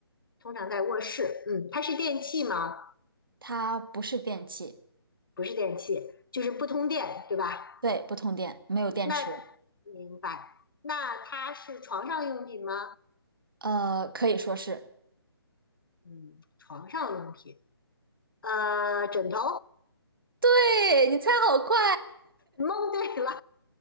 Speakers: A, on the left (about 55°); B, on the right (about 60°).
A: 通常在卧室。嗯，它是电器吗？
B: 它不是电器，
A: 不是电器，就是不通电，对吧？
B: 对，不通电，没有电池，
A: 嗯，那明白。那它是床上用品吗？
B: 呃，可以说是。
A: 嗯，床上用品。呃，枕头。
B: 对，你猜好快！
A: 蒙对了，